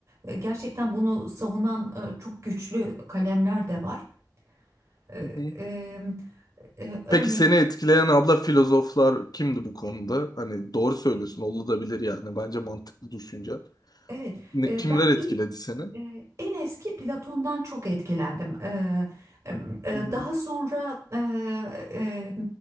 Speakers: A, on the right (about 45°); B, on the left (about 60°).
A: E, Gerçekten bunu savunan e, çok güçlü kalemler de var. E,
B: Hı hı.
A: e, e, Örneğin
B: Peki seni etkileyen abla filozoflar kimdi bu konuda? Hani doğru söylüyorsun, olabilir yani. Bence mantıklı düşünce.
A: evet
B: Ne,
A: e,
B: kimler
A: ben
B: etkiledi
A: ilk
B: seni?
A: Ee, En eski Platon'dan çok etkilendim. Ee, e,
B: Hı
A: e,
B: hı,
A: Daha sonra e, e,